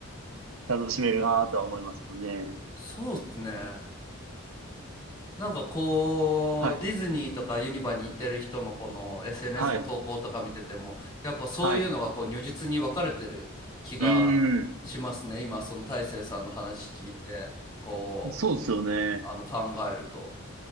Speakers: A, on the right; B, on the left.
A: 楽しめるなとは思いますもんね。
B: そうっすね。なんかこう、
A: はい。
B: ディズニーとかユニバに行ってる人のこの SNS
A: はい。
B: の投稿とか見てても、やっぱそういうのがこう如実に分かれてる気がしますね。
A: はい。うーん。
B: 今、その大成さんの話聞いて、こう、
A: そうですよね。
B: あの考えると。